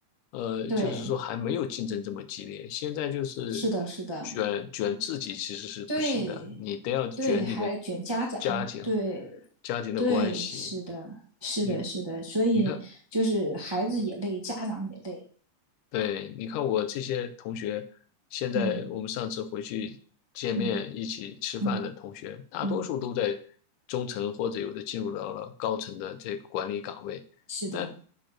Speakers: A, on the left; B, on the right.
A: 呃，
B: 对，
A: 就是说还没有竞争这么激烈。现在就是
B: 是的，是的，
A: 卷卷自己其实是不行的，
B: 对
A: 你都要卷你的
B: 对，还卷家长，
A: 家庭、
B: 对
A: 家庭的关系。
B: 对，是的，是的，
A: 你
B: 是的，所以就是孩子也累，
A: 你看，
B: 家长也累。
A: 对，你看我这些同学，现在我们上次回去见面一起吃饭的同学，
B: 嗯嗯嗯
A: 大多数都在
B: 嗯，
A: 中层或者有的进入到了高层的这个管理岗位。
B: 是的，
A: 那